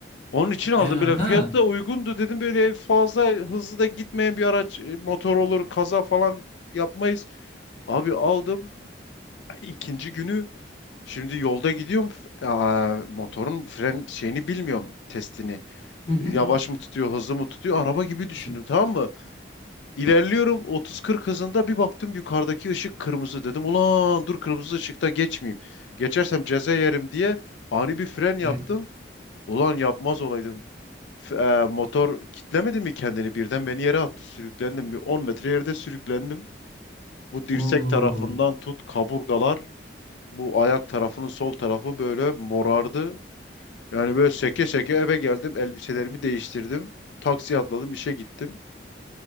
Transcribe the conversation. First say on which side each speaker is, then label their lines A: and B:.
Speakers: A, on the left (about 75°); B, on the left (about 35°).
A: Onun için aldım
B: aha
A: böyle
B: ha.
A: fiyat da uygundu dedim böyle fazla hızlı da gitmeyen bir araç e, motor olur kaza falan yapmayız. Abi aldım İkinci günü şimdi yolda gidiyorum F- aa, motorun fren şeyini bilmiyorum testini.
B: Hı hı.
A: Yavaş mı tutuyor, hızlı mı tutuyor? Araba gibi düşündüm
B: <laughs>
A: tamam mı? İlerliyorum 30-40 hızında bir baktım yukarıdaki ışık kırmızı. Dedim ulan dur kırmızı ışıkta geçmeyeyim. Geçersem ceza yerim diye ani bir fren yaptım.
B: Evet.
A: Ulan yapmaz olaydım. F- e, motor kitlemedi mi kendini birden beni yere attı. Sürüklendim bir 10 metre yerde sürüklendim. Bu dirsek
B: Oo.
A: tarafından tut kaburgalar. Bu ayak tarafının sol tarafı böyle morardı. Yani böyle seke seke eve geldim. Elbiselerimi değiştirdim. Taksiye atladım işe gittim.